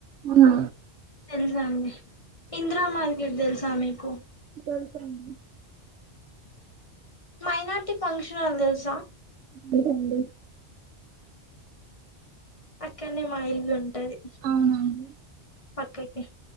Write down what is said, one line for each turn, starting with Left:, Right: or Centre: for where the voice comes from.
Right: అవునా
Left: తెల్సా అండి ఇందిరా మార్కెట్ తెల్సా మీకు
Right: తెలుసండి
Left: మైనార్టీ ఫంక్షన్ హల్ తెలుసా
Right: దండి
Left: అక్కనే మా ఇల్లు ఉన్ టది
Right: అవునండి
Left: పక్కకే